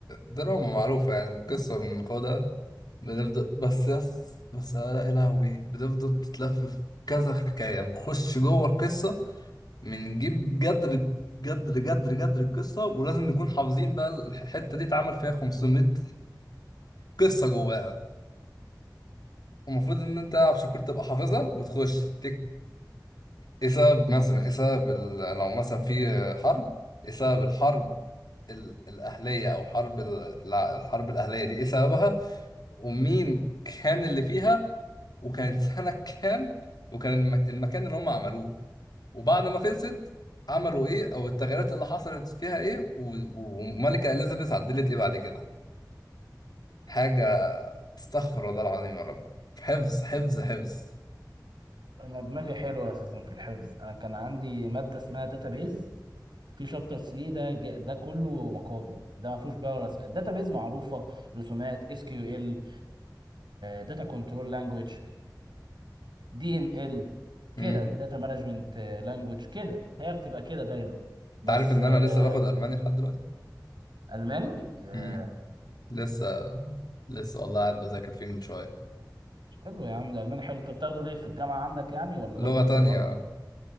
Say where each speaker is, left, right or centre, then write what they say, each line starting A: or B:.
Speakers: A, on the left; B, on the right.
A: دراما معروفة يعني قصة بناخدها بنفضل بس يس بس لا يا لهوي بنفضل تتلف في كذا حكاية يعني نخش جوه القصة بنجيب جدر جدر جدر جدر القصة ولازم نكون حافظين بقى الحتة دي اتعمل فيها 500 قصة جواها المفروض إن أنت عشان كنت تبقى حافظها وتخش تكتب إيه سبب مثلا إيه سبب ال- لو مثلا في حرب إيه سبب الحرب ال- الأهلية أو حرب ال- الع- الحرب الأهلية دي إيه سببها ومين كان اللي فيها وكانت سنة كام وكان المك... المكان اللي هم عملوه وبعد ما خلصت عملوا ايه او التغييرات اللي حصلت فيها ايه و... وملكة اليزابيث عدلت ايه بعد كده حاجة استغفر الله العظيم يا رب حفظ حفظ حفظ
B: انا دماغي حلوه اساسا في الحفظ انا كان عندي ماده اسمها داتابيز في شابتر 3 ده ج- ده كله مقالي ده ما فيهوش بقى ولا داتا بيز معروفه رسومات اس كيو ال داتا كنترول لانجويج دي ام ال
A: امم
B: كده داتا مانجمنت لانجويج كده هي بتبقى كده دايما
A: انت
B: بس
A: عارف ان
B: آه،
A: انا لسه باخد الماني لحد دلوقتي
B: الماني آه،
A: امم لسه لسه والله قاعد بذاكر فيه من شوية
B: حلو يا عم ده الماني حلو انت بتاخده ليه في الجامعه عندك يعني ولا
A: لغة
B: ده كورس
A: تانية
B: برضه
A: اه